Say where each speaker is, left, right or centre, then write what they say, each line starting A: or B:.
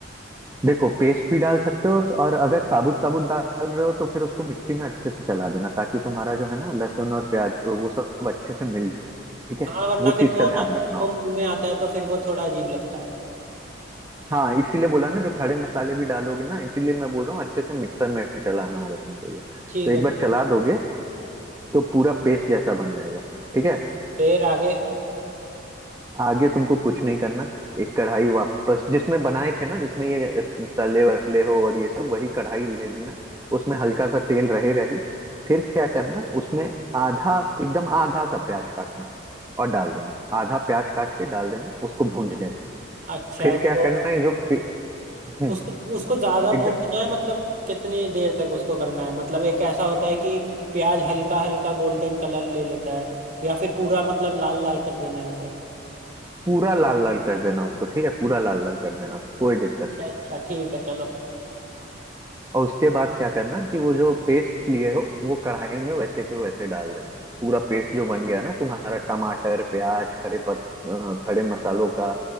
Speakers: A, on the right (about 15°); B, on the right (about 40°).
A: देखो पेस्ट भी डाल सकते हो और अगर साबुत साबुत डाल रहे हो तो फिर उसको मिक्सी में अच्छे से चला देना ताकि तुम्हारा जो है ना लहसुन और प्याज वो सब अच्छे से मिल जाए ठीक है
B: हाँ वरना
A: वो
B: फिर
A: चीज
B: वो
A: का ध्यान
B: ना मुंह
A: रखना हो
B: वो मुंह में आता है तो फिर वो थोड़ा अजीब लगता है
A: हाँ इसीलिए बोला ना जो खड़े मसाले भी डालोगे ना इसीलिए मैं बोल रहा हूँ अच्छे से मिक्सर में चलाना होगा तुमको ये तो
B: ठीक
A: एक
B: है ठीक
A: बार चला
B: है
A: दोगे तो पूरा पेस्ट जैसा बन जाएगा ठीक है
B: फिर आगे
A: आगे तुमको कुछ नहीं करना एक कढ़ाई वापस जिसमें बनाए थे ना जिसमें ये तले वले हो और ये सब वही कढ़ाई ले लेना उसमें हल्का सा तेल रहेगा ही फिर क्या करना उसमें आधा एकदम आधा सा प्याज काटना और डाल देना आधा प्याज काट के डाल देना उसको भूंज लेना
B: अच्छा
A: फिर
B: उसको
A: क्या करना है जो पे- हम्म
B: उसको उसको ज्यादा
A: एकदम
B: भूनना है मतलब कितनी देर तक उसको करना है मतलब एक ऐसा होता है कि प्याज हल्का हल्का गोल्डन कलर ले लेता है या फिर पूरा मतलब लाल लाल कर देना है उसे
A: पूरा लाल लाल कर देना उसको ठीक है पूरा लाल लाल कर देना कोई दिक्कत
B: अच्छा
A: नहीं
B: अच्छा ठीक है चलो
A: और उसके बाद क्या करना कि वो जो पेस्ट लिए हो वो कढ़ाई में वैसे के वैसे डाल देना पूरा पेस्ट जो बन गया ना तुम्हारा टमाटर प्याज खड़े पत अ, खड़े मसालों का